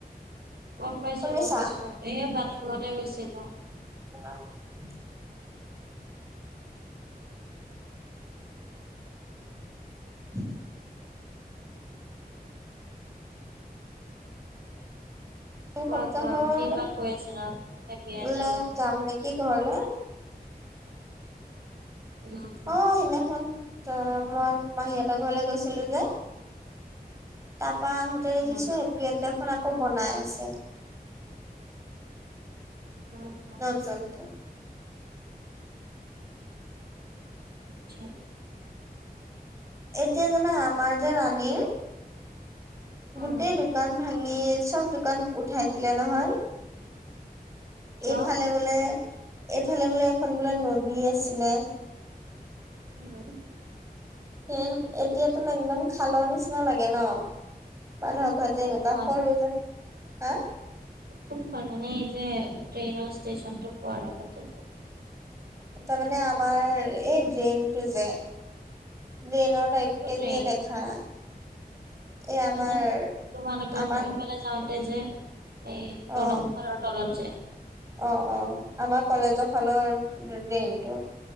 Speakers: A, on the right; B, on the right.
A: গম পাইছো
B: শুনিছা?
A: গম পাইছো, এই বাথৰুমলৈ গৈছিলো।
B: <unintelligible> <inaudible> দু
A: কোৱা
B: সপ্তাহৰ
A: কোৱা কি বা কৈ আছিলা ভাবি এটা
B: লে
A: কথা
B: যাম নেকি ঘৰলে।
A: <unintelligible>
B: অ সেইদিনাখন অ মই মাহীহঁতৰ ঘৰলে গৈছিলো যে। তা পা আহোঁতে দেখিছো,
A: উম,
B: এপিয়ট দেখোন আকৌ বনাই আছে।
A: অ হু
B: নতুনকে।
A: ছা
B: এতিয়া জানা আমাৰ যে ৰাণীৰ
A: উম
B: গোটেই দোকান ভাঙি চব দোকান উঠাই দিলে নহয়।
A: কিয়?
B: এইফালে বোলে, এইফালে বোলে এখন বোলে নদী আছিলে।
A: কোনে?
B: সেন এতিয়াতো একদম খালৰ নিচিনা লাগে ন, মানুহক হোৱা
A: কোনখন
B: যে এনেকুৱা সৰু যে, হা?
A: কোনখন মানে এই যে ট্ৰেইনৰ ষ্টেচনটো পোৱাৰ আগতে যে।
B: তামানে আমাৰ এই ড্ৰেইনটো যে, ড্ৰেইনত পাইপ
A: কোনটো
B: কে
A: ট্ৰেইন?
B: জে দেখা এই আমাৰ
A: মানে তোমালোকৰ
B: আমাৰ
A: এইফালে যাওঁত- তে যে এই
B: অ
A: দলং খনৰ তলত যে
B: অ অ আমাৰ কলেজৰ ফালৰ ড্ৰেনটো।